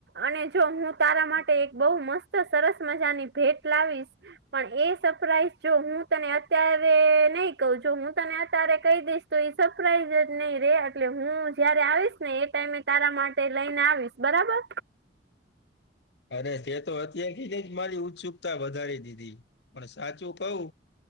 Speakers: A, on the right; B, on the left.
A: અને જો હું તારા માટે એક બહુ મસ્ત સરસ મજાની ભેટ લાવીશ. પણ એ સપ્રાઈઝ જો હું તને અત્યારે નહી કઉં જો હું તને અતારે કહી દઈશ તો ઈ સપ્રાઈઝ જ નહી રે એટલે હું જયારે આવીશને એ ટાઈમે તારા માટ ટે લઈને આવીશ બરાબર.
B: અરે તે તો અત્યારથીને જ મારી ઉત્સુકતા વધારી દીધી. પણ સાચું કઉં